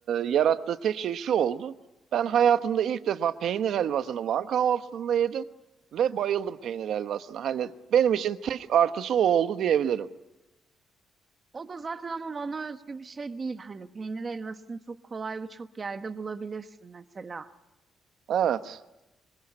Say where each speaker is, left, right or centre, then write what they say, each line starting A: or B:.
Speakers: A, on the right; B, on the right.
A: yarattığı tek şey şu oldu. Ben hayatımda ilk defa peynir helvasını Van kahvaltısında yedim ve bayıldım peynir helvasına. Hani benim için tek artısı o oldu diyebilirim.
B: O da zaten ama Van'a özgü bir şey değil. Hani peynir helvasını çok kolay birçok yerde bulabilirsin mesela.
A: Evet.